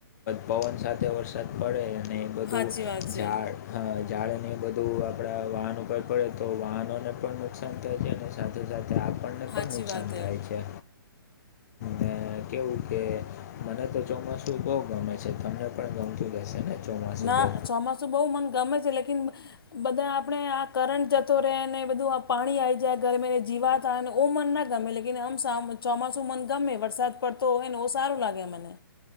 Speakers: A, on the left (about 45°); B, on the left (about 70°).
A: પવન સાથે વરસાદ પડે અને બધું
B: સાચી વાત છે
A: ઝાડ. હા જાડ ને બધું આપડા વાહન ઉપર પડે તો વાહનોને પણ નુકસાન થ છે ને, સાથે સાથે આપણને
B: સાચી
A: પણ નુકસાન
B: વાત
A: થાય
B: હે
A: છે. ને કેવું કે મને તો ચોમાસું બઉ ગમે છે, તમને પણ ગમતું હશે ને, ચોમાસું
B: ના
A: બહુ
B: ચોમાં બઉ મન ગમે છે લેકીન બધા આપે આ કરંટ જતો રે ને બધું. પાણી આઈ જાય ઘરમે ને જીવાત, ઓ મન ના ગમે લે આમ ચોમાસું મન ગમે વરસાદ પડતો હોય ને ઓ સારું લાગે મને,